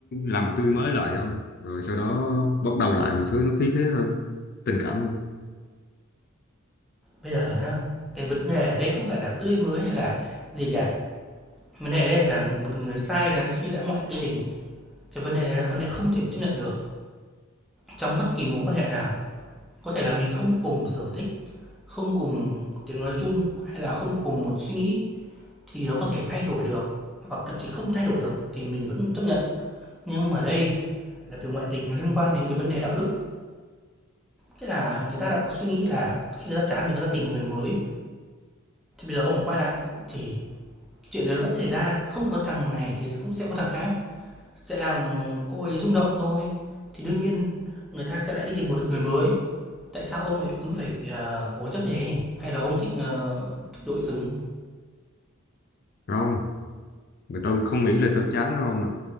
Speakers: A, on the left; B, in the centre.
A: làm tươi mới lại không? Rồi sau đó bắt đầu lại một thứ nó phí thế hơn, tình cảm hơn.
B: Bây giờ nhá, cái vấn đề ở đây không phải là tươi mới hay là gì cả, vấn đề ở đây là một người sai đã khi đã ngoại tình, cái vấn đề này là vấn đề không thể chấp nhận được. Trong bất kỳ mối quan hệ nào, có thể là mình không cùng sở thích, không cùng tiếng nói chung hay là không cùng một suy nghĩ thì nó có thể thay đổi được, hoặc thậm chí không thay đổi được thì mình vẫn chấp nhận. Nhưng mà đây là việc ngoại tình nó liên quan đến cái vấn đề đạo đức. Nghĩa là người ta đã có suy nghĩ là khi người ta chán mình người ta tìm một người mới thì bây giờ ông quay lại thì cái chuyện đó vẫn xảy ra, không có thằng này thì cũng sẽ có thằng khác. Sẽ làm cô ấy rung động thôi, thì đương nhiên người ta sẽ lại đi tìm một người mới. Tại sao ông lại cứ phải, ờ, cố chấp như thế nhỉ? Hay là ông thích, ờ, thích đội xứng?
A: Đúng không? Mà tôi không nghĩ là tôi chán đâu nè.